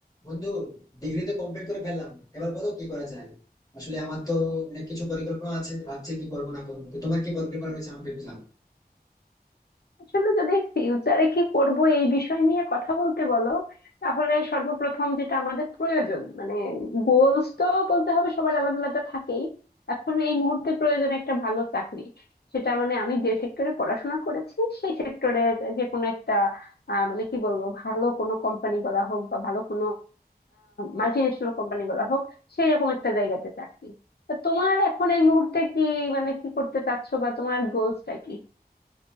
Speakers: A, on the left (about 20°); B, on the left (about 75°).
A: বন্ধু ডিগ্রি তো কমপ্লিট করে ফেললাম এবার বলো কি করা যায় আসলে আমার তো অনেক কিছু পরিকল্পনা আছে ভাবছি কি করবো না করবো তো তোমার কি পরিকল্পনা রয়েছে আমাকে একটু জানাও
B: আসলে যদি ফিউচারে কি করব এই বিষয় নিয়ে কথা বলতে বলো তাহলে সর্বপ্রথম যেটা আমাদের প্রয়োজন মানে গোলস তো বলতে হবে সবার আলাদা আলাদা থাকেই এখন এই মুহূর্তে প্রয়োজন একটা ভালো চাকরি সেটা মানে আমি যে সেক্টরে পড়াশোনা করেছি সেই সেক্টরের যে কোনো একটা আহ, মানে কি বলবো ভালো কোনো কোম্পানি বলা হোক বা ভালো কোনো মাল্টি ন্যাশনাল কোম্পানি বলা হোক সেই রকম একটা জায়গাতে চাকরি তো তোমার এখন এই মুহূর্তে কি মানে কি করতে চাচ্ছো বা তোমার গোলসটা কি